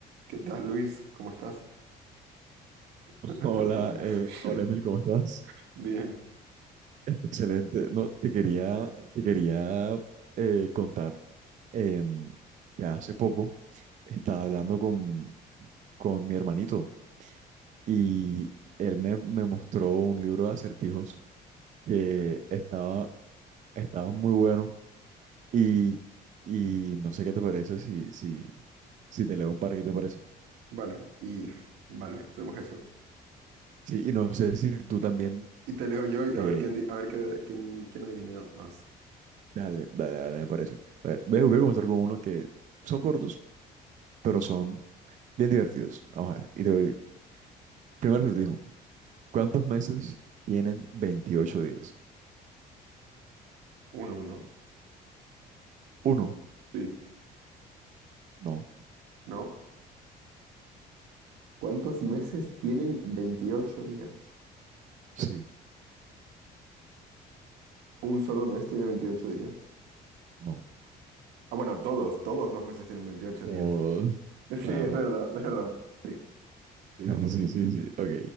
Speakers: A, on the right; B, on the right.
A: ¿Qué tal, Luis? ¿Cómo estás? <laughs>
B: Hola, eh, hola Emil, ¿cómo estás?
A: Bien.
B: <laughs> Excelente. No, te quería, te quería eh, contar em, que hace poco estaba hablando con, con mi hermanito y él me, me mostró un libro de acertijos que
A: Ok.
B: estaba, estaba muy bueno y, y no sé qué te parece si, si, si te leo un par, ¿qué te parece?
A: Vale, y vale, hacemos eso.
B: Sí, y no sé si tú también,
A: Y te leo yo y
B: eh,
A: a ver quién, di- a ver qué- quién, quién adivina ya más.
B: dale, dale, dale, me parece. A ver, voy a voy a comenzar con uno que son cortos pero son bien divertidos. Vamos a ver. Y te doy- Primero les digo, ¿cuántos meses tienen 28 días?
A: Uno, ¿no?
B: Uno,
A: Sí.
B: no,
A: ¿No? ¿Cuántos meses tienen 28 días?
B: sí,
A: Un solo mes tiene 28 días.
B: no.
A: Ah, bueno, todos, todos los meses tienen 28
B: Dos,
A: días. <laughs> Sí,
B: claro.
A: es verdad, es verdad. Sí.
B: Sí, sí, sí, sí. sí. Ok.